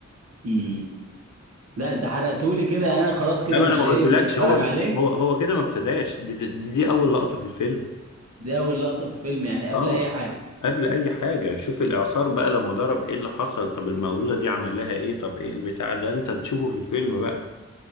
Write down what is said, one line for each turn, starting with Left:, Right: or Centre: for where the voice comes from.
Right: امم لا انت حرقتولي كده يعني انا خلاص كده
Left: لا ما
Right: مش
Left: انا ما
Right: ايه
Left: قلتلكش
Right: مش هتفرج
Left: هو
Right: عليه
Left: هو هو كده ما ابتداش دي, دي, دي دي اول لقطة في الفيلم
Right: دي اول لقطة في فيلم يعني قبل
Left: اه
Right: اي حاجة
Left: قبل اي حاجة شوف الاعصار بقى لما ضرب ايه اللي حصل طب المولودة دي عمل لها ايه طب ايه البتاع ده انت تشوفه في الفيلم بقى